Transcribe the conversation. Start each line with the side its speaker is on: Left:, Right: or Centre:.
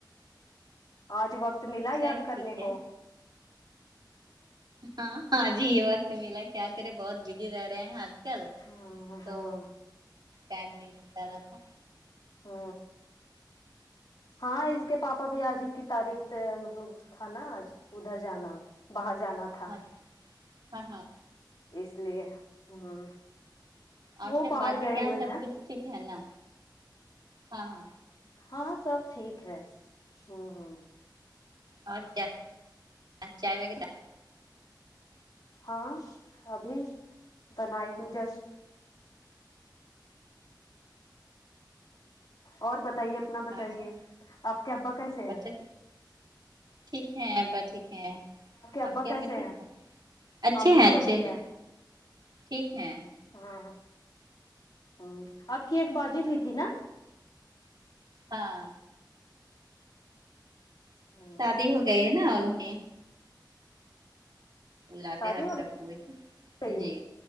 Left: آج وقت ملا
Right: سب
Left: یاد کرنے
Right: ٹھیک ہے
Left: کو
Right: ہاں ہاں جی یہ وقت ملا کیا کرے بہت بزی رہ رہے ہیں آج کل
Left: ہاں
Right: تو
Left: ہاں
Right: ٹائم نہیں لتا رہتا
Left: ہ ہاں اس کے پاپا بھی آج ہی کی تاریخ پہ مطلب تھا نا آج ادھر جانا باہر جانا تھا
Right: ہاں ہاں ہاں
Left: اس لیے ہ
Right: اور
Left: وہ
Right: سب
Left: باہر
Right: باجی
Left: گئے
Right: کے
Left: ہوئے
Right: یہاں
Left: ہیں
Right: سب کچھ ٹھیک ہے نا ہاں ہاں
Left: ہاں سب ٹھیک ہے ہوں ہوں
Right: اور چائے چائے وغیرہ
Left: ہاں ابھی بنائی ہوں جسٹ اور بتائیے اپنا بتائیے
Right: اور سب
Left: آپ کے ابا کیسے
Right: بچے
Left: ہیں
Right: ٹھیک ہےابا ٹھیک ہے
Left: ابا
Right: آپ کے امی
Left: کیسے
Right: ٹھک
Left: ہیں
Right: ہے اچھے
Left: امی
Right: ہیں اچھے
Left: کیسی ہے
Right: ہیں ٹھیک ہے
Left: ہاں ام آپ کی ایک باجی بھی تھی نا
Right: ہاں
Left: ہ
Right: شادی ہو گئی ہے نا ان کی لاتے
Left: شادی
Right: ہر
Left: ہو
Right: طرف کو بھی
Left: گئی
Right: جی